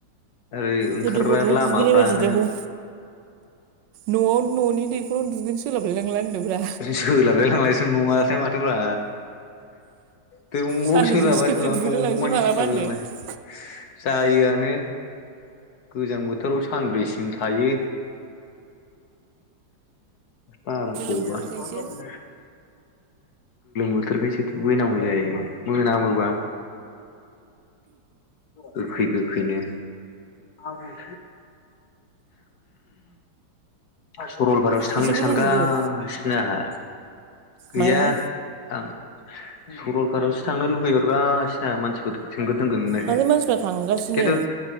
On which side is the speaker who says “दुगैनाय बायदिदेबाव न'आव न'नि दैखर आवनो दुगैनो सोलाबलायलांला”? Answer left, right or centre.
Right